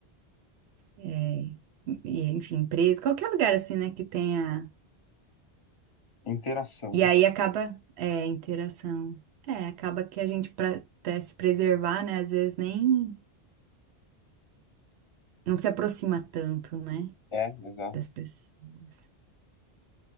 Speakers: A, on the right; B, on the left.
A: É, E, enfim, empresa, qualquer lugar assim, né, que tenha
B: interação,
A: E
B: né?
A: aí acaba, é, interação. É, acaba que a gente, pra até se preservar, né, às vezes nem, não se aproxima tanto, né,
B: É, exato.
A: das pessoas.